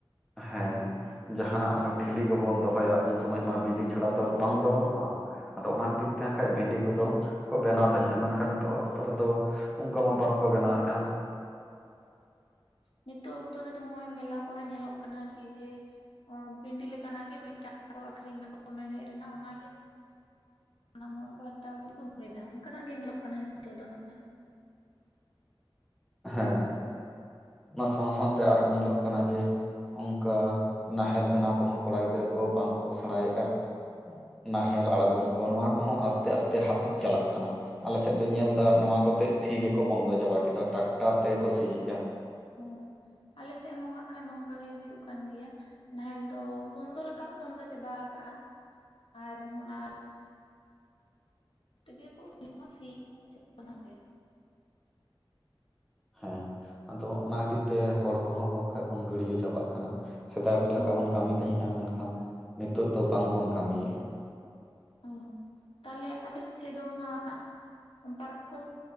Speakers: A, in the centre; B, on the left.
A: ᱦᱮᱸ᱾ ᱡᱟᱦᱟᱱᱟᱜ ᱚᱱᱮ ᱴᱷᱤᱞᱤ ᱠᱚᱵᱚᱱ ᱫᱚᱦᱚᱭᱟ ᱩᱱ ᱥᱚᱢᱚᱭ ᱢᱟ ᱵᱤᱱᱰᱤ ᱪᱷᱟᱲᱟ
B: ᱦᱚᱸ
A: ᱛᱚ ᱵᱟᱝ ᱫᱚᱟᱲᱚᱢᱚᱜᱼᱟ, ᱟᱫᱚ ᱚᱱᱟ ᱠᱷᱟᱹᱛᱤᱨ ᱛᱮ ᱦᱟᱸᱠᱷᱟᱡ
B: ᱦᱩᱸ
A: ᱵᱤᱱᱰᱤ ᱠᱚᱫᱚ ᱠᱚ ᱵᱮᱱᱟᱣ ᱛᱟᱦᱮᱸᱜᱼᱟ ᱢᱮᱱᱠᱷᱟᱱ ᱱᱤᱛᱚᱜ ᱚᱠᱛᱚ ᱨᱮᱫᱚ ᱚᱱᱠᱟ ᱢᱟ ᱵᱟᱝ ᱠᱚ ᱵᱮᱱᱟᱣᱮᱜᱼᱟ᱾
B: ᱱᱤᱛᱚᱜ ᱚᱠᱛᱚ ᱨᱮᱫᱚ ᱦᱚᱸᱜᱼᱚᱭ ᱢᱮᱞᱟ ᱠᱚᱨᱮ ᱧᱮᱞᱚᱜ ᱠᱟᱱᱟ ᱠᱤ ᱡᱮ ᱚ ᱵᱤᱱᱰᱤ ᱞᱮᱠᱟᱱᱟᱜ ᱜᱮ ᱢᱤᱫᱴᱟᱝ ᱠᱚ ᱟᱠᱷᱨᱤᱧ ᱫᱟᱠᱚ ᱢᱮᱲᱦᱮᱫ ᱨᱮᱱᱟᱜ ᱚᱱᱟᱜᱮ ᱥᱟᱱᱟᱢ ᱦᱚᱲ ᱠᱚ ᱦᱟᱛᱟᱣ <inaudible> ᱚᱱᱠᱟᱱᱟᱜ ᱜᱮ ᱧᱮᱞᱚᱜ ᱠᱟᱱᱟ ᱱᱤᱛᱳᱜ ᱫᱚ᱾ ᱦᱟᱸᱜ ᱠᱷᱟᱱ
A: ᱦᱮᱸ, ᱚᱱᱟ ᱥᱟᱶ ᱥᱟᱶᱛᱮ ᱟᱨᱚ ᱧᱮᱞᱚᱜ ᱠᱟᱱᱟ ᱡᱮ ᱚᱱᱠᱟ ᱱᱟᱦᱮᱞ ᱵᱮᱱᱟᱣ ᱠᱚᱦᱚᱸ ᱠᱚᱲᱟ ᱜᱤᱫᱽᱨᱟᱹ ᱠᱚ ᱵᱟᱝ ᱠᱚ ᱥᱮᱬᱟᱭᱮᱫᱼᱟ᱾ ᱱᱟᱦᱮᱞ ᱟᱬᱜᱚᱢ ᱠᱚ ᱱᱚᱣᱟ ᱠᱚᱦᱚᱸ ᱟᱥᱛᱮ ᱟᱥᱛᱮ ᱦᱟᱹᱯᱤᱫ ᱪᱟᱞᱟᱜ ᱠᱟᱱᱟ᱾ ᱟᱞᱮ ᱥᱮᱫ ᱫᱩᱧ ᱧᱮᱞ
B: ᱦᱚᱸ
A: ᱫᱟ ᱱᱚᱶᱟ ᱠᱚᱛᱮ ᱥᱤ ᱜᱮᱠᱚ ᱵᱚᱱᱫᱚ ᱪᱟᱵᱟ ᱠᱮᱫᱟ ᱴᱟᱠᱴᱟᱨ ᱛᱮᱜᱮ ᱠᱚ ᱥᱤᱭᱮᱜ-ᱟ᱾
B: ᱦᱳᱭ, ᱟᱞᱮ ᱥᱮᱫ ᱦᱚᱸ ᱦᱟᱸᱜ ᱠᱷᱟᱱ ᱱᱚᱝᱠᱟ ᱜᱮ ᱦᱩᱭᱩᱜ ᱠᱟᱱ ᱜᱮᱭᱟ᱾ ᱱᱟᱦᱮᱞ ᱫᱚ ᱵᱚᱱᱫᱚ ᱞᱮᱠᱟ ᱠᱚ ᱵᱚᱱᱫᱚ ᱪᱟᱵᱟ ᱠᱟᱜᱼᱟ, ᱟᱨ ᱚᱱᱟ ᱛᱮᱜᱮ ᱠᱚ <inaudible> ᱥᱤ ᱦᱚᱸ ᱡᱷᱚᱛᱚ ᱱᱟᱜ ᱜᱮ᱾
A: ᱦᱮᱸ ᱟᱫᱚ ᱚᱱᱟ ᱠᱷᱟᱹᱛᱤᱨ ᱛᱮ ᱦᱚᱲ ᱠᱚᱦᱚᱸ ᱵᱟᱠᱷᱟᱡ ᱵᱚᱱ ᱜᱟᱹᱰᱭᱟᱹ ᱪᱟᱵᱟᱜ ᱠᱟᱱᱟ᱾ ᱥᱮᱫᱟᱭ ᱚᱠᱟ
B: ᱦᱚᱸ
A: ᱞᱮᱠᱟ ᱵᱚᱱ ᱠᱟᱹᱢᱤ ᱛᱟᱦᱮᱸᱜᱼᱟ ᱢᱮᱱᱠᱷᱟᱱ ᱱᱤᱛᱳᱜ ᱫᱚ ᱵᱟᱝᱵᱚᱱ ᱠᱟᱹᱢᱤᱭᱮᱫᱼᱟ᱾
B: ᱚ ᱛᱟᱦᱚᱞᱮ ᱟᱯᱮ ᱥᱮᱫ ᱫᱚ ᱦᱟᱸᱜ ᱯᱟᱨᱠᱚᱢ